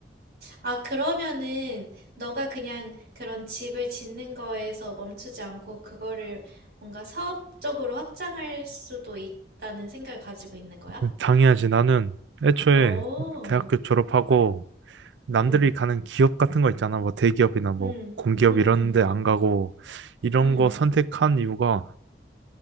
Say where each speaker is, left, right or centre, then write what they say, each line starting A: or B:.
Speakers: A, on the right (about 65°); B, on the right (about 85°).
A: 아, 그러면은 너가 그냥 그런 집을 짓는 거에서 멈추지 않고 그거를 뭔가 사업적으로 확장할 수도 있다는 생각을 가지고 있는 거야?
B: 음, 당연하지. 나는 애초에
A: 오.
B: 대학교 졸업하고 남들이
A: 음.
B: 가는 기업 같은 거 있잖아. 뭐 대기업이나 뭐
A: 음.
B: 공기업
A: 음.
B: 이런 데 안 가고 이런
A: 음.
B: 거 선택한 이유가